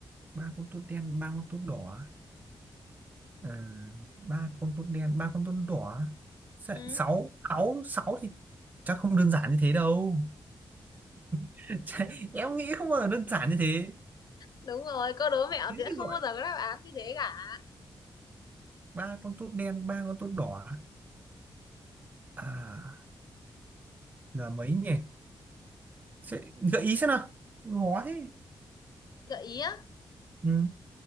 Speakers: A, on the right; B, on the left.
A: ba con tốt đen ba con tốt đỏ à, ba con tốt đen ba con tốt đỏ Sẽ-
B: ừ
A: sáu sáu sáu thì chắc không đơn giản như thế đâu <laughs> Chả- em nghĩ không bao giờ đơn giản như thế
B: đúng rồi câu đố mẹo
A: thế
B: sẽ
A: thì
B: không
A: gọi
B: bao giờ có đáp án như thế cả
A: ba con tốt đen ba con tốt đỏ à là mấy nhỉ sẽ gợi ý xem nào khó thế
B: gợi ý á
A: ừ,